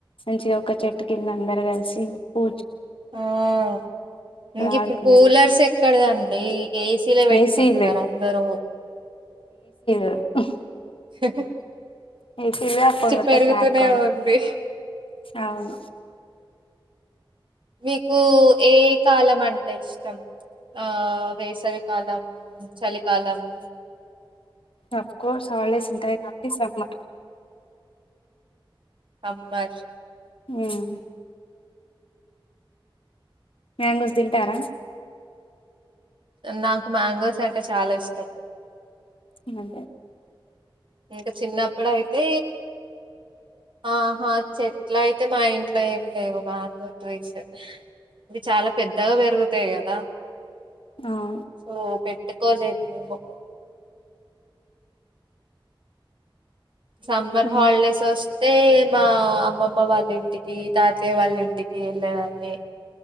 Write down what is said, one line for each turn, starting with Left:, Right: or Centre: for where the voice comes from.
Left: మంచిగా ఒక చెట్టు కింద అందరు కలిసి కు
Right: ఆహ్ ఇంకిప్పుడు
Left: ఆడుకునేట్టు
Right: కూలర్స్ ఎక్కడదండి ఏసి సీల్ పెట్టుకుంటున్నారు
Left: ఏసీలు
Right: అందరూ.
Left: ఆహ్
Right: వో
Left: ఏసిలే ఆ పోన్లతో
Right: పెరుగుతూనే
Left: ఆడుకోడం
Right: ఉంది
Left: అవును.
Right: మీకు ఏ కాలం అంటే ఇష్టం ఆహ్ వేసవికాలం, చలికాలం. ఆహ్
Left: అఫ్ కోర్స్ హాలిడేస్ ఉంటాయి కాబట్టి సమ్మర్
Right: సమ్మర్
Left: ఉహ్ మ్యాంగోస్ తింటారా.
Right: నాకు మ్యాంగోస్ అంటే చాలా ఇష్టం.
Left: ఏమంతే
Right: ఇంకా చిన్నప్పుడు అయితే ఆహా చెట్ల అయితే మా ఇంట్లో ఏం లేవు మ్యాంగో ట్రీస్ ఇవి చాలా పెద్దగా పెరుగుతాయి కదా
Left: అవును
Right: ఓ పె పెట్టుకోలేదు మేము సమ్మర్
Left: ఉమ్
Right: హాలిడేస్ అ అయిే మా అమ్మమ్మ వాళ్ళింటికి తాతయ్య వాళ్ళ ఇంటికి వెళ్ళేదాన్ని